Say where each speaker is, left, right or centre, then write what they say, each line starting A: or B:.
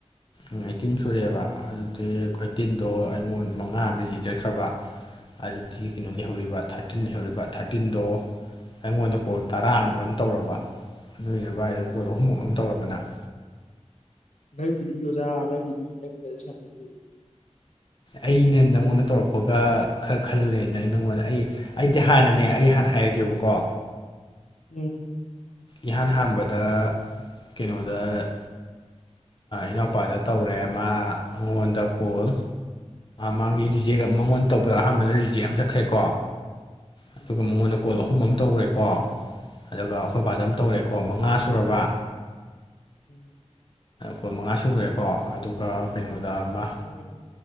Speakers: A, on the left; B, on the left.
A: ꯎꯝ ꯑꯩꯇꯤꯟ ꯁꯨꯔꯦꯕ ꯑꯗꯨꯗꯤ ꯑꯩꯇꯤꯟꯗꯣ ꯑꯩꯉꯣꯟ ꯃꯉꯥ ꯑꯃ ꯔꯤꯖꯦꯛ ꯆꯠꯈ꯭ꯔꯕ ꯑꯗꯨꯗꯤ ꯀꯩꯅꯣ ꯂꯩꯍꯧꯔꯤꯕ ꯊꯥꯔꯇꯤꯟ ꯂꯩꯍꯧꯔꯤꯕ ꯊꯥꯔꯇꯤꯟꯗꯣ ꯑꯩꯉꯣꯟꯗ ꯀꯣꯜ ꯇꯔꯥꯃꯨꯛ ꯑꯃ ꯇꯧꯔꯕ ꯅꯣꯏ ꯅꯕꯥꯏꯗ ꯀꯣꯜ ꯑꯍꯨꯝꯃꯨꯛ ꯑꯃ ꯇꯧꯔꯕꯅ ꯅꯪ
B: ꯅꯪꯒꯤꯗꯤ ꯑꯣꯖꯥ ꯅꯪꯒꯤꯗꯤ ꯅꯪꯒꯗꯤ ꯁꯥꯟꯅꯔꯤ
A: ꯑꯅꯦ ꯅꯉꯣꯟꯗ ꯇꯧꯔꯛꯄꯒ ꯈꯔ ꯈꯜꯂꯨꯔꯦꯅ ꯑꯩꯅ ꯅꯪꯉꯣꯟꯗ ꯑꯩ ꯑꯩꯗꯤ ꯍꯥꯟꯅꯅꯦ ꯑꯩ ꯍꯥꯟꯅ ꯍꯥꯏꯔꯒꯦꯕꯀꯣ
B: ꯎꯝ
A: ꯏꯍꯥꯟ ꯍꯥꯟꯕꯗ ꯀꯩꯅꯣꯗ ꯏꯅꯥꯎꯄꯥꯗ ꯇꯧꯔꯑꯦ ꯑꯃ ꯑꯩꯉꯣꯟꯗ ꯀꯣꯜ ꯃꯥꯒꯤ ꯔꯤꯖꯦꯛ ꯃꯉꯣꯟꯗ ꯇꯧꯕꯗ ꯑꯍꯥꯟꯕꯗ ꯔꯤꯖꯦꯛ ꯑꯃ ꯆꯠꯈ꯭ꯔꯦꯀꯣ ꯑꯗꯨꯒ
B: ꯎꯝ
A: ꯃꯉꯣꯟꯗ ꯀꯣꯜ ꯑꯍꯨꯝ ꯑꯃ ꯇꯧꯈ꯭ꯔꯦꯀꯣ ꯑꯗꯨꯒ ꯑꯩꯈꯣꯏꯕꯥꯗ
B: ꯎꯝ
A: ꯑꯃ ꯇꯧꯔꯦꯀꯣ ꯃꯉꯥ ꯁꯨꯔꯕ
B: ꯎꯝ
A: ꯀꯨꯟ ꯃꯉꯥ ꯁꯨꯔꯦꯀꯣ ꯑꯗꯨꯒ ꯀꯩꯅꯣꯗ ꯑꯃ
B: ꯀꯩꯅ